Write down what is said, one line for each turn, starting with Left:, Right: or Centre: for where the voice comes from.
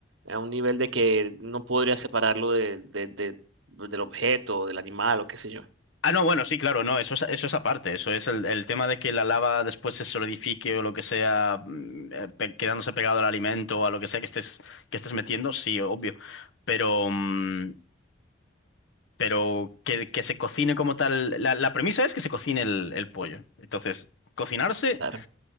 Right: a un nivel de que no podría separarlo de, de- de- del objeto, del animal o qué sé yo.
Left: Ah, no, bueno, sí, claro, no, eso es, eso es aparte. Eso es el, el tema de que la lava después se solidifique o lo que sea, mm, eh, pe- quedándose pegado al alimento o a lo que sea que estés, que estés metiendo, sí, obvio. Pero, mm, pero que, que se cocine como tal. La, la premisa es que se cocine el, el pollo. Entonces, cocinarse
Right: Claro,